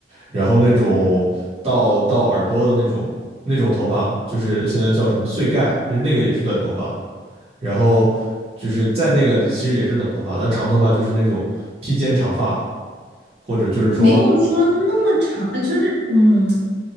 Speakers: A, on the right (about 35°); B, on the right (about 70°).
A: 然后那种到到耳朵的那种那种头发，就是现在叫什么碎盖，就是那个也是短头发。然后就是在那个其实也是短头发，那长头发就是那种披肩长发，或者就是说
B: 没有说那么长，呃就是嗯，